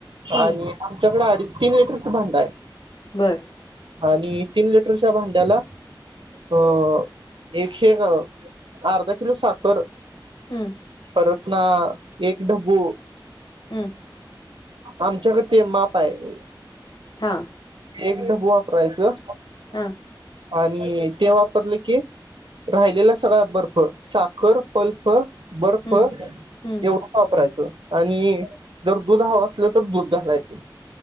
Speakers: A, on the left; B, on the right.
A: हं,
B: आणि. आमच्याकडे अडीच तीन लिटरचं भांडं आहे.
A: बरं.
B: आणि तीन लिटरच्या भांड्याला. अ एकशे एक अर्धा किलो साखर.
A: हम्म.
B: परत ना एक ढब्बू.
A: हम.
B: आमच्याकडे ते माप आहे.
A: हां.
B: एक ढबू वापरायचं.
A: हां.
B: आणि ते वापरलं की राहिलेला सगळा बर्फ साखर पल फ बर्फ
A: हं,
B: एवढं
A: हं.
B: वापरायचं आणि जर दूध हवं. असलं तर दूध घालायचं.